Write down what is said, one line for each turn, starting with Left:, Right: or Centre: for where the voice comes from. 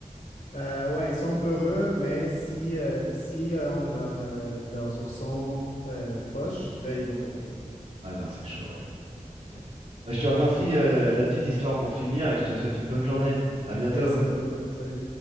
Left: Euh, ouais, ils sont peureux, mais si, euh, si euh, on leur, euh, leurs oursons euh, proches, là, ils vont t'attaquer.
Right: Ah non, c'est chaud, ouais. Ah, c'est clair. Bah, je te remercie, euh, de la petite histoire pour finir et je te souhaite une bonne journée. À bientôt.
Left: Yes, à bientôt. Salut.